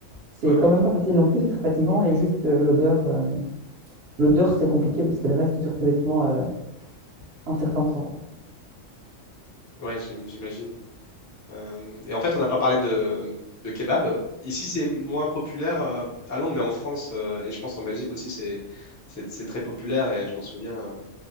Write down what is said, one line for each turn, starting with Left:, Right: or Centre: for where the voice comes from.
Right: C'est
Left: Ouais, ouais,
Right: quand même pas facile non plus. C'est très fatigant et juste euh, l'odeur. euh, l'odeur c'est compliqué parce qu'elle reste sur tes vêtements. euh, un certain temps.
Left: ouais, j'im- j'imagine. Euh, et en fait, on n'a pas parlé de, de kebab. Ici, c'est moins populaire euh, à Londres, mais en France, euh, et je pense en Belgique aussi, c'est, c'est, c'est très populaire. Et je m'en souviens, euh,